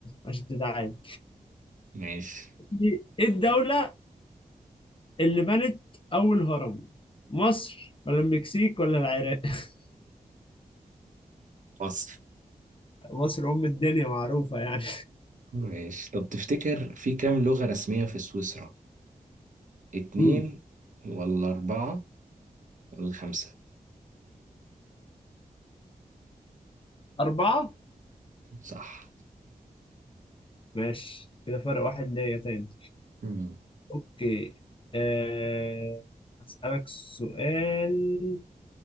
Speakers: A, on the left; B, on the right.
A: عشان تتعادل
B: ماشي
A: دي- ايه الدولة اللي بنت اول هرم مصر ولا المكسيك ولا العراق <laughs>
B: فصل
A: مصر ام الدنيا معروفة يعني
B: ماشي طب تفتكر في كام لغة رسمية في سويسرا؟ اتنين
A: امم
B: ولا أربعة ولا خمسة
A: أربعة
B: صح
A: ماشي كده فرق واحد ليا تاني
B: مم.
A: اوكي أه... هسألك سؤال